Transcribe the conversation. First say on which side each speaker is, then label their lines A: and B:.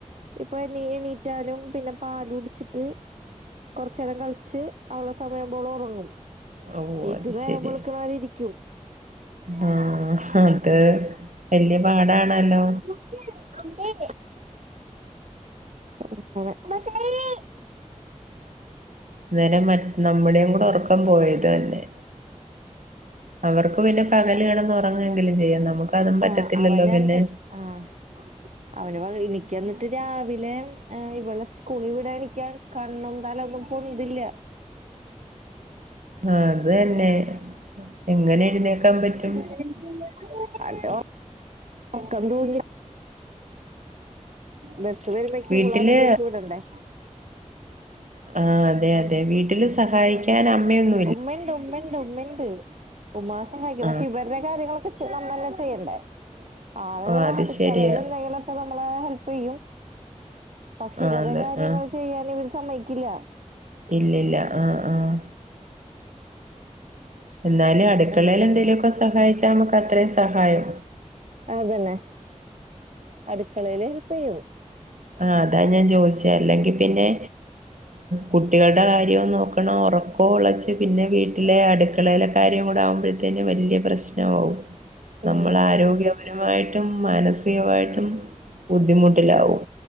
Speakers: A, on the right (about 65°); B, on the right (about 80°).
A: ഇപ്പൊ നീണീറ്റാലും പിന്നെ പാല് കുട്ച്ചിട്ട് കുറച്ച് നേരം കളിച്ച് അവളെ സമയുമ്പോൾ അവൾ ഉറങ്ങും
B: ഓ
A: ഇത്
B: അത്
A: നേരം
B: ശരി
A: വെളുക്കണാവരെഇരിക്കും
B: ആ അത് വലിയ പാടാണല്ലോ
A: <inaudible> <inaudible>
B: ഇന്നരം മറ്റ് നമ്മുടെേയും കൂടെ ഉറക്കം പോയത് തന്നെ അവർക്ക് പിന്നെ പകല് കെടന്ന് ഒറങ്ങെങ്കിലും ചെയ്യാം നമുക്ക് അതും പറ്റത്തില്ലല്ലോ
A: ആഹ് അവനട്ട്
B: പിന്നെ
A: ആഹ് അവന് എനിക്ക് എന്നിട്ട് രാവിലെ ഇവളെ സ്കൂളീവിടാൻ എണിക്കാൻ കണ്ണുന്താലും ഒന്നും പൊന്തില്ല
B: ആ അത് തന്നെ എങ്ങനെ എഴുന്നേക്കാൻ പറ്റും
A: <unintelligible> അലോ ഒർക്കംതൂങ്ങി ബെസ് വരുമ്പേക്കും
B: വീട്ടില്
A: പിളാര റെഡിയാക്കി വിടണ്ടേ
B: ആ അതെ അതെ വീട്ടില് സഹായിക്ക് കൻ അമ്മയൊന്നും
A: ഉമ്മേണ്ട് ഉമ്മേണ്ട് ഉമ്മ ഉണ്ട് ഉമ്മാംസം കഴിക്കും
B: ആഹ്
A: പക്ഷെ ഇവരുടെ കാര്യങ്ങളൊക്കെ നമ്മ തന്നെ ചെയ്യണ്ടേ ആള്
B: ആഹ് അത്
A: അടുക്കളയിൽ
B: ശരിയാ
A: എന്തെങ്കിലുംഒക്കെ നമ്മളെ ഹെല്പ് ചെയ്യും പക്ഷെ
B: ആഹ്
A: ഇവരെ
B: അതെ
A: കാര്യങ്ങൾ
B: ആഹ്
A: ചെയ്യാൻ ഇവര് സമ്മക്കില്ല
B: ഇല്ലില്ല ആഹ് ആഹ് എന്നാലും അടുക്കളേൽ
A: അങ്ങനെ
B: എന്തേങ്കിലുമൊക്കെ സഹായിച്ചാൽ നമുക്ക് അത്രയും സഹായം
A: അതന്നെ അടുക്കളേൽ ഹെൽപ്പ് ചെയ്യും
B: ആഹ് അതാ ഞാൻ ചോദിച്ചെ അല്ലെങ്കി പിന്നെ കുട്ടികളുടെ കാര്യം നോക്കണം ഉറക്കം ഉളച്ച് പിന്നെ വീ ലെ അടുക്കളയിലെ കാര്യം കൂടെ ആകുമ്പോഴത്തേന് വലിയ പ്രശ്നമാവും നമ്മൾ
A: ഉം
B: ആരോഗ്യപരമായിട്ടും മാനസികമായിട്ടും ബുദ്ധിമുട്ടിലാവും